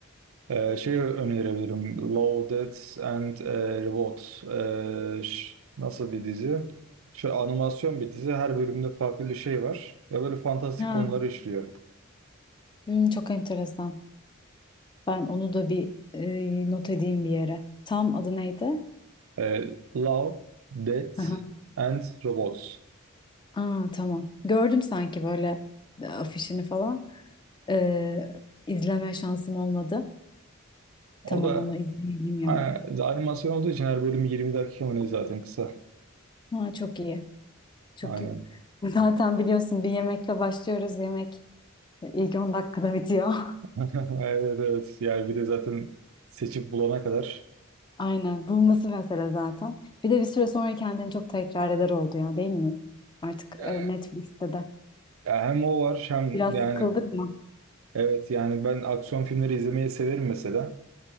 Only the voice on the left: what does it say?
Ha.
Hı, çok enteresan. Ben onu da bir e, not edeyim bir yere. Tam adı neydi?
Hı hı.
Aa, tamam. Gördüm sanki böyle e, afişini falan. E, izleme şansım olmadı.
Tamam
onu izleyelim ya.
Ha, çok iyi. Çok
iyi. <laughs> Zaten biliyorsun bir yemekle başlıyoruz. Yemek ilk 10 dakikada bitiyor.
<laughs> Aynen. Bulması mesele zaten. Bir de bir süre sonra kendini çok tekrar eder oldu ya değil mi? Artık
e, Netflix'te de.
Biraz
sıkıldık mı?